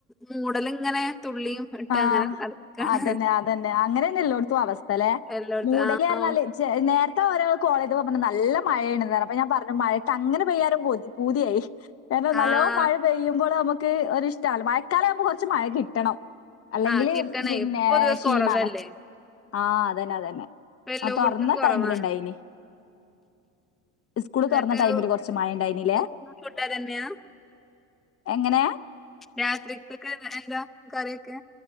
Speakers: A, in the centre; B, on the left.
A: മൂടലിങ്ങനെ തുള്ളിയും ഇട്ട്
B: ആഹ്
A: അങ്ങനെ നടക്കാണ്
B: അതന്നെ അതന്നെ അങ്ങനെന്നെ എല്ലോടത്തും അവസ്ഥ അല്ലെ
A: എല്ലോട്ത്തും
B: മൂടല്ഞ്ഞാല്
A: ആഹ്
B: നേരത്തെ ഒരാൾ കോളേത് പറഞ്ഞ് നല്ല മഴയാണന്നു അപ്പൊ ഞാൻ പറഞ്ഞു മഴക്ക് അങ്ങനെ പെയ്യാലും പോതി പൂതിയായി കാരണം നല്ലോണം
A: ആഹ്
B: മഴ പെയ്യുമ്പോൾ നമുക്ക് ഒരിഷ്ടല്ല മഴക്കാലം ആവുമ്പോ കുറച്ച് മഴ കിട്ടണം അല്ലെങ്കില്
A: ആഹ് കിട്ടണേ
B: പിന്നേ
A: ഇപ്പൊ പൊതുവെ
B: ഷീണാണ്.
A: കൊറവല്ലേ
B: ആഹ് അതന്നെ, അതന്നെ.
A: ഇപ്പ എല്ലോട്ത്തും
B: ആ തൊർന്ന
A: കൊറവാണ്
B: ടൈമിലിണ്ടായിനി. സ്കൂള്
A: എന്നിട്ട്
B: തുറന്ന ടൈമില് കൊറച്ച് മായ ഉണ്ടായിനല്ലേ
A: ഇങ്ങക്കും ഫുഡ് അതന്നെയാ
B: എങ്ങനെ
A: രാത്രിക്കൊക്കെ ദാ എന്താ കറിയൊക്കെ?